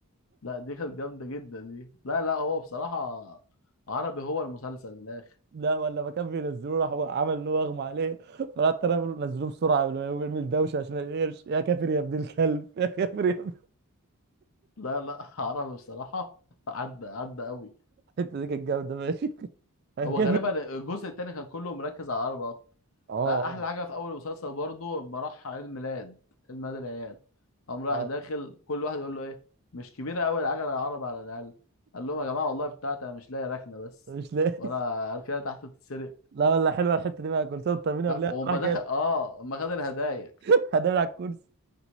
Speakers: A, on the left (about 65°); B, on the right (about 45°).
A: لا دي كانت جامده جدا دي لا لا هو بصراحه عربي هو المسلسل من الاخر
B: لا ولا ما كان بينزلوه راح هو عمل ان هو اغمى عليه فرحت انا بقول له نزلوه بسرعه قبل ما يقوم يعمل دوشه عشان القرش يا كافر يا ابن الكلب يا كافر يا ابن
A: لا لا <laughs> عربي بصراحه عدى عدى قوي
B: الحته دي كانت جامده ماشي <laughs> يا
A: هو
B: كافر
A: غالبا الجزء التاني كان كله مركز على العربة أكتر
B: اه
A: آه، أحلى حاجة في أول المسلسل برضو لما راح عيد ميلاد عيد ميلاد العيال قام رايح
B: اه
A: داخل كل واحد يقول له إيه مش كبيرة أوي العجلة العربي على الأقل قال لهم يا جماعة والله بتاعتي أنا مش لاقي ركنة بس
B: آه، مش لاقي
A: وأنا أركنة تحت تتسرق
B: لا ولا حلوه الحته دي بقى كل سنه وانت طمنا
A: لا
B: بالله
A: وأما
B: راح جايب
A: دخل آه أما خد الهدايا
B: <laughs> هدام على الكرسي